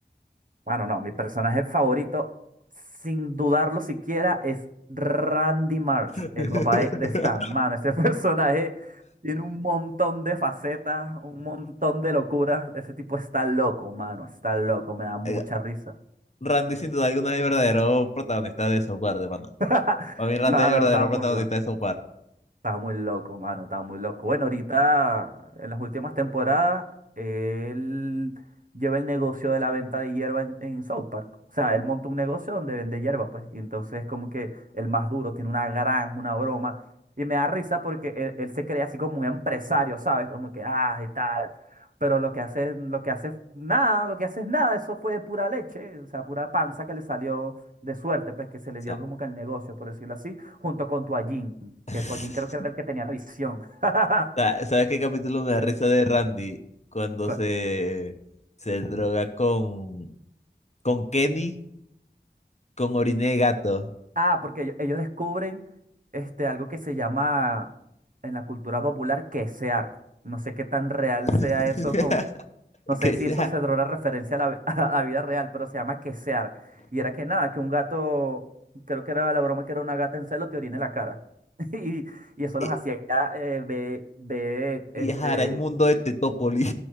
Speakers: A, on the right; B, on the left.
A: Bueno, no, mi personaje favorito, sin dudarlo siquiera, es Randy Marsh,
B: <laughs>
A: el papá de, de Stan. Mano, ese <laughs> personaje tiene un montón de facetas, un montón de locuras. Ese tipo está loco, mano, está loco, me da mucha
B: Oiga,
A: risa.
B: Randy sin duda alguna es el verdadero protagonista de Software de mano.
A: <laughs>
B: Para mí Randy
A: Mano,
B: es el verdadero
A: está muy
B: protagonista
A: loco.
B: de South Park.
A: Estaba muy loco, mano, estaba muy loco. Bueno, ahorita, en las últimas temporadas, él lleva el negocio de la venta de hierba en, en South Park. O sea, él monta un negocio donde vende hierba, pues. Y entonces, como que el más duro tiene una granja, una broma. Y me da risa porque él, él se cree así como un empresario, ¿sabes? Como que, ah, y tal. Pero lo que hace, lo que hace, es nada, lo que hace es nada. Eso fue de pura leche, o sea, pura panza que le salió de suerte, pues, que se le
B: Sa-
A: dio como que el negocio, por decirlo así junto con Toallín,
B: <laughs>
A: que Toallín creo que era el que tenía la visión. <laughs>
B: sa- ¿Sabes qué capítulo me da risa de Randy? Cuando
A: ¿Cuál?
B: se, se droga con, con Kenny, con orina de gato.
A: Ah, porque ello- ellos descubren este, algo que se llama en la cultura popular quesear. No sé qué tan real
B: <laughs>
A: sea eso con... No sé
B: Que
A: si
B: sea,
A: eso se dará una referencia a la, vi- <laughs> a la vida real, pero se llama quesear. Y era que nada, que un gato, creo que era la broma que era una gata en celo, te orina en la cara. <laughs> Y, y eso los
B: eh,
A: hacía eh, ve- ve,
B: viajar
A: este,
B: al mundo de Tetópolis.